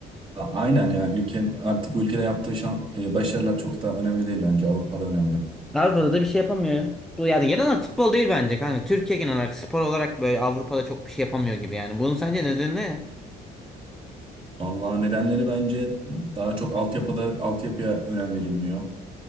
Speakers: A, on the right; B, in the centre.
A: A- Aynen yani ülke artık bu ülkede yaptığı şan- e, başarılar çok da önemli değil bence Avrupa'da önemli.
B: Avrupa'da da bir şey yapamıyor. ya. Futbol yani genel olarak futbol değil bence kanka. Türkiye genel olarak spor olarak böyle Avrupa'da çok bir şey yapamıyor gibi yani. Bunun sence nedeni ne?
A: Vallahi nedenleri bence daha çok altyapıda altyapıya önem verilmiyor.